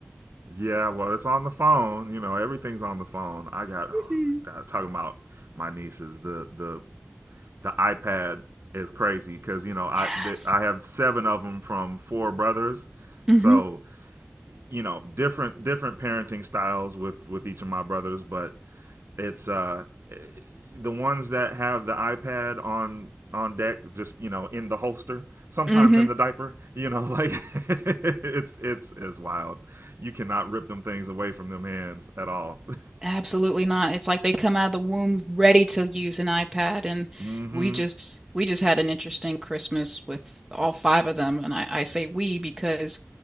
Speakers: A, on the right (about 80°); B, on the right (about 20°).
A: yeah. Well, it's on the phone. You know, everything's on the phone. I got,
B: Mhm.
A: oh, God, talking about my nieces. The the the iPad is crazy because you know I
B: yes,
A: the, I have seven of them from four brothers,
B: mm-hmm,
A: so you know different different parenting styles with with each of my brothers but it's uh the ones that have the ipad on on deck just you know in the holster sometimes
B: mm-hmm.
A: in the diaper you know like <laughs> it's it's it's wild you cannot rip them things away from them hands at all <laughs>
B: Absolutely not. It's like they come out of the womb ready to use an iPad, and
A: mm-hmm
B: we just we just had an interesting Christmas with all five of them. And I, I say we because